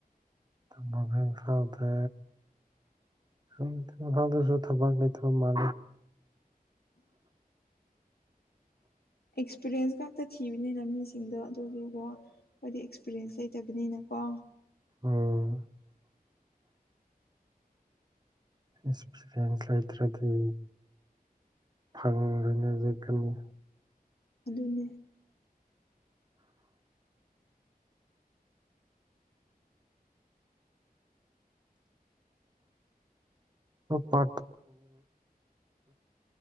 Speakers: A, on the right; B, on the left.
A: ꯃꯚꯤꯟ ꯆꯥꯎꯇ ꯊ ꯐꯁꯨ ꯊꯕ ꯊ ꯃꯥ
B: ꯑꯦꯛꯁꯄꯤꯔꯦꯟꯁ ꯉꯥꯛꯇ ꯊꯤꯕꯅꯤꯅ ꯃꯤꯁꯤꯡꯗꯣ ꯑꯗꯨꯒꯤꯀꯣ ꯑꯩꯣꯏꯗꯤ ꯑꯦꯛꯁꯄꯤꯔꯦꯟꯁ ꯂꯩꯇꯕꯅꯤꯅꯀꯣ
A: ꯑꯣꯝ ꯑꯦꯛꯁꯄꯤꯔꯤꯌꯦꯟꯁ ꯂꯩꯇ꯭ꯔꯗꯤ ꯐꯥꯒꯨꯡꯅꯖꯦ ꯀꯩꯅ
B: ꯍꯂꯅꯦ
A: ꯄꯥ